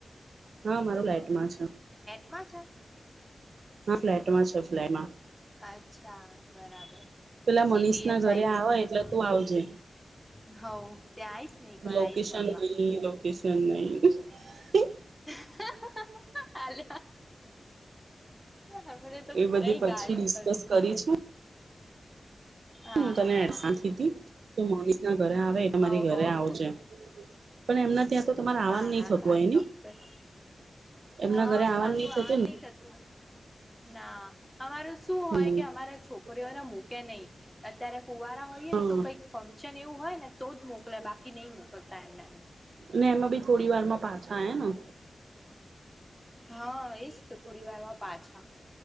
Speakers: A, on the right (about 85°); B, in the centre.
A: હા મારું લાઈટમાં છે.
B: મા છેા.
A: હા ફ્લેટમાં છે ફ્લેટમાં
B: અચ્છા બરાબર
A: પેલા
B: સીટી
A: મનીષ ના
B: એમ સાઈડ
A: ઘરે
B: જ
A: આવે એટલે
B: છે.
A: તું આવજે
B: હવ ત્યાં આઈશ ને એક વાર
A: લોકેશન
B: આઈશ મળવા
A: નકેન. જને. <inaudible>
B: હાલ. આપરે તો
A: એ બધી
B: કઈ
A: પછી
B: ગાડી
A: ડિસ્કસ
B: પર.
A: કરી છે
B: હા
A: હું
B: હા
A: તને
B: હા
A: શાંતિથી તુ મહેશના ઘરે આવે ત
B: હોવ
A: મારી ઘરે
B: હોવ
A: આવજે પણ એમના ત્યાં તો તમારે આવવાનું
B: હા
A: નહી
B: હા
A: થતું
B: સારું
A: હોય ની
B: ચોક્કસ
A: એમના
B: હા
A: ઘરે આવવાનું
B: ખાસું
A: નહી થતું
B: <unintelligible> થતું ના અમારે શું
A: ને
B: હોય કે અમારા છોકરીઓને મૂકે નય અત્યારે કુવારા હોયએ
A: હા
B: તો કંઈક ફં સન એવું હોય ને તો જ મોકલે બાકી ની મોકલતા એમને એમ
A: ને એમાં બી થોડી વારમા પાછા <unintelligible> ના
B: હા એજ તો થોડી વારમાં પાછા